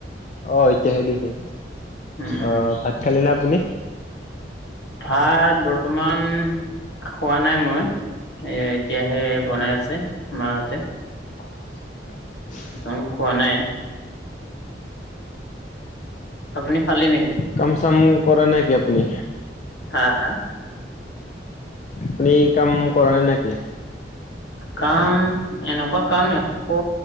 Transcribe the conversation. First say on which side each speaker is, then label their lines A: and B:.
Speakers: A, on the left (about 40°); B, on the left (about 70°).
A: অ এতিয়াহে দিছে
B: উম
A: অ
B: উম
A: ভাত খালে নে আপুনি।
B: ভাত বৰ্তমান খোৱা নাই মই, এ এতিয়াহে বনাই আছে মা হতে,
A: <unintelligible>
B: ন খোৱা নাই আপুনি খালে নেকি।
A: কম চামো কৰা নেকি আপুনি।
B: হা হা,
A: আপুনি কাম কৰা নাই নাকি?
B: কাম এনেকুৱা কাম এক একো